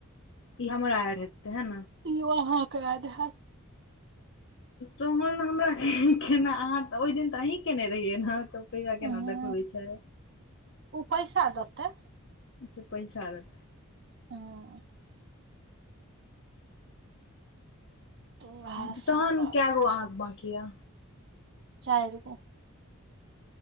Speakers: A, on the left; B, on the right.
A: ई हमरा एड हेतै है
B: इ अहाँक एड हैत
A: तोन हमरा केना अहाँ ओहि दिन तऽ अही केने रहियै ने त
B: उम्म
A: <unintelligible> देखखबै छै
B: ओ पैसा देतै
A: ओ पैसा <unintelligible>
B: ह तऽ उएह
A: तऽ
B: सब
A: तहन
B: बात
A: कैय
B: छै
A: गो अहाँके बाकी यए
B: चारि गो